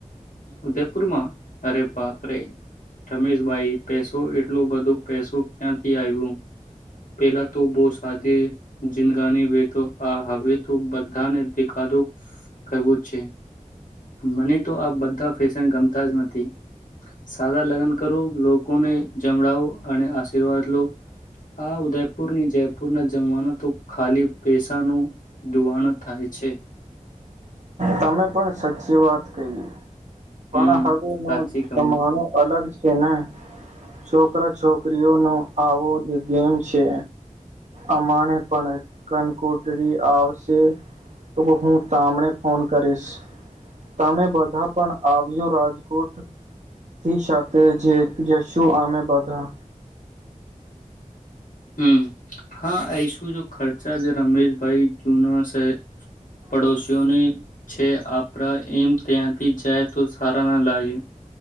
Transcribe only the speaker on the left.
ઉદયપુરમાં અરે બાપ રે ત <unintelligible> <unintelligible> તો એટલું બધું પૈસું ક્યાંથી આયવુ પેલા તો બહું તે જીનગાની વેતો હા હવે તો બધાને દેખાડો કરવો જ છે મને તો આ બધા ફેશન ગમતા જ નથી સાદા લગન કરો લોકોને જમડાવો અને આશીર્વાદ લો હા ઉદયપુર ની જેમ પૂરના જમાના તો ખાલી પૈસાનું દુવાણ જ થાય છે
હમ
સાચી
કહું
હમ હા આઈસુ જો ખર્ચા જે રમેશભાઈ જુના સે પડોશીઓની છે આપરા એમ ત્યાંથી જાય તો સારા ના લાગે